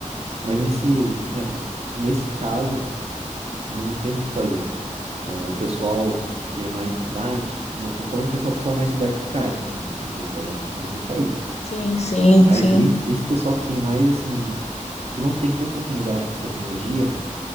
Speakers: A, on the right; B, on the left.
A: Mas nesse, é, nesse caso, não tem muito o que fazer né? O pessoal que é mais de idade, não tô falando que é só o pessoal mais de idade que cai, tem um pessoal nova que também vai cair.
B: Sim, sim,
A: Mas
B: sim.
A: esse, esse pessoal que tem mais, assim, que não tem tanta afinidade com tecnologia,